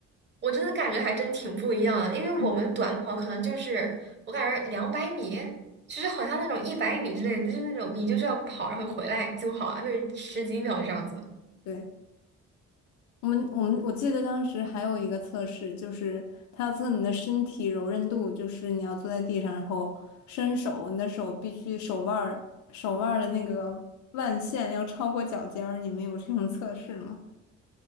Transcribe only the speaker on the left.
嗯，
对，我们，我们我记得当时还有一个测试，就是他要测你的身体柔韧度，就是你要坐在地上，然后伸手，你的手必须手腕儿手腕儿的那个腕线要超过脚尖儿。你们有这种测试吗？